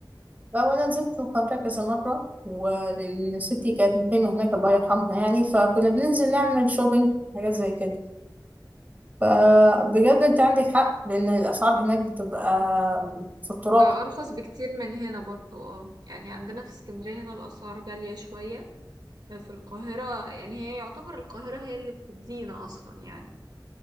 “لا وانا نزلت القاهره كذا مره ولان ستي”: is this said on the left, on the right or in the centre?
Right